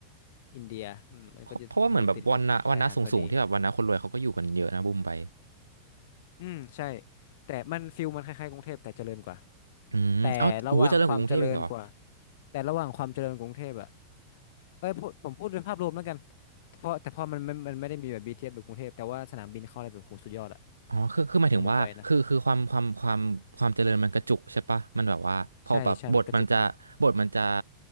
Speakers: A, on the left; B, on the right.
A: อินเดียอืมมันก็จะอยู่ติดกับชายหาดพอดี
B: เพราะเพราะว่าเหมือนแบบวันนะวันนะสูงสูงที่แบบวันนะคนรวยเขาก็อยู่กันเยอะนะบุมไป
A: อืมใช่แต่มันฟิลมันคล้ายๆกรุงเทพแต่เจริญกว่า
B: อืมเอ้าโหเจริญกว่ากรุงเทพอีกเหรอ
A: แต่ระหว่างความเจริญกว่าแต่ระหว่างความเจริญกรุงเทพอะเอ้ยพูดผมพูดโดยภาพรวมแล้วกันเพราะแต่พอมันไม่มันไม่ได้มีแบบบีทีเ t สแบบกรุงเทพแต่ว่าสนามบินเข้าอะไรแบบโหสุดยอดอะ
B: อ๋อคือคือหมายถึงว่าคือคือความความความความเจริญมันกระจุกใช่ปะมันแบบว่าพอแบบบทมันจะบทมันจะ
A: ที่มุมไบนะใช่ใช่มันกระจุกมาก